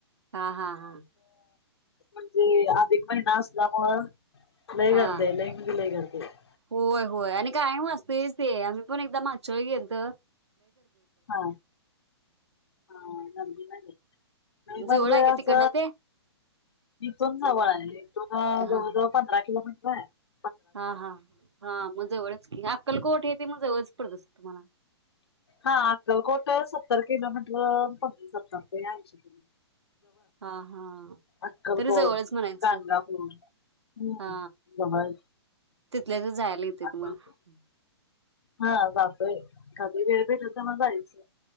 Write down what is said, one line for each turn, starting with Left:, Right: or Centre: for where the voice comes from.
Right: हा हा हा
Left: म्हणजे अधिक महिना असल्यामुळ लय
Right: हा.
Left: गर्दी आहे लय म्हणजे लय गर्दी आहे
Right: होय होय आणि कायम तेच ते आम्ही पण एकदा माग - मागच्या वेळी गेलतं
Left: हा हा म्हणजे म्हणजे
Right: जवळ आहे का
Left: अस
Right: तिकडनं ते
Left: इथून जवळ आहे इथून जवळ
Right: हा.
Left: जवळ पंधरा किलो मीटर बरं
Right: हा हा हा मग जवळच की अक्कलकोट हे ते मग जवळच पडत असल मग तुम्हाला
Left: हा अक्कलकोट सत्तर किलोमीटर प सत्तर ते ऐशी
Right: हा हा
Left: अक्कलकोट
Right: तरी जवळच म्हणायचं
Left: गाणगापूर हम्म
Right: हा
Left: जवळ आहे.
Right: तिथल्या तिथे जायला येत
Left: अक्कलकोट
Right: तुम्हाला
Left: हा जातोय कधी वेळ मिळेल तेव्हा जायचं